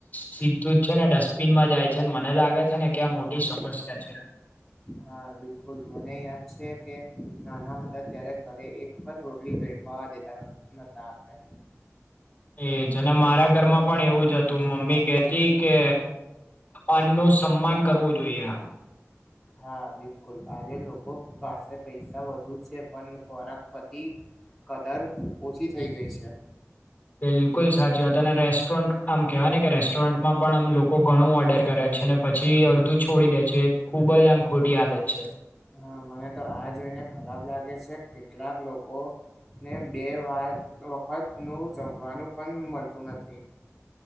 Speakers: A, on the left (about 35°); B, in the centre.
A: સીધું જ છે ને ડસ્ટબિનમાં જાય છે ને મને લાગે છે ને ક્યાં મોટી સમસ્યા છે
B: હા બિલકુલ મને યાદ છે કે નાના હતા ત્યારે ઘરે એક પણ રોટલી ભેડ પાવા દેતા નતા આપણે
A: એજને મારા ઘરમાં પણ એવું જ હતું મમ્મી કેહતી કે અન્ ન સન્માન કરવો જોઈએ
B: હા બિલકુલ આજે લોકો પાસે પૈસા વધુ છે પણ ખોરાક પતિ કદર ઓછી થઈ ગઈ છે
A: બિલકુલ સાચી વાત અને રેસ્ટોરન્ટ આમ કહેવાય ને કે રેસ્ટોરન્ટમાં પણ આમ લોકો ઘણું ઓર્ડર કરે છે ને પછી અડધું છોડી દે છે એ ખુબ જ આમ ખોટી આદત છે
B: હા મને તો આ જોઈને ખરાબ લાગે છે કેટલાક લોકો ને બે વા વખત નું જમવાનું પણ મળતું નથી